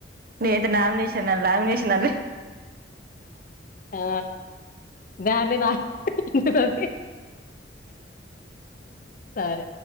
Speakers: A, on the right; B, on the left.
A: లేదు నామినేషనా, ల్యామినేషనా అ
B: ఆ దాన్ని <inaudible> సరే